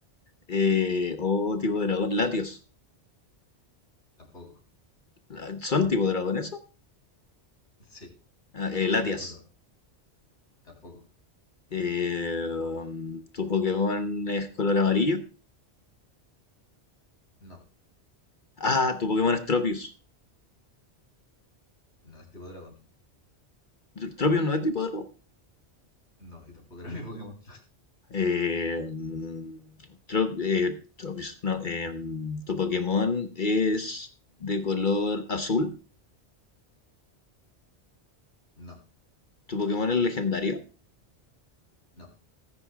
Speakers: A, on the left; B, on the left.
A: Eh, ¿O tipo dragón? ¿Latios?
B: tampoco,
A: Ah, ¿Son tipo dragón eso?
B: sí.
A: Ah,
B: Los
A: eh,
B: dos
A: Latias.
B: son tipo dragón. Tampoco,
A: Eh, um, ¿tu Pokémon es color amarillo?
B: no,
A: Ah, tu Pokémon es Tropius.
B: no es tipo dragón.
A: Tr- ¿Tropius no es tipo dragón?
B: No, y tampoco era mi Pokémon.
A: Eh, mm, Tro- eh, Tropius, no. eh, um, ¿tu Pokémon es de color azul?
B: No,
A: ¿Tu Pokémon es legendario?
B: no,